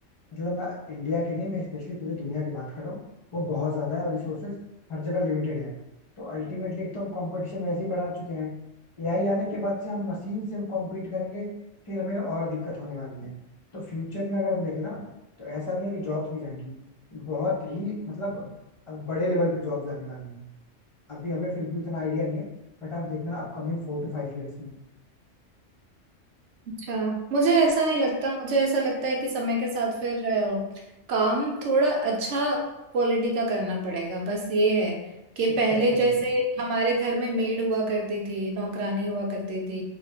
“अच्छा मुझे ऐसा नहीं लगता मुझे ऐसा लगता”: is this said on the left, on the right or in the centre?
Right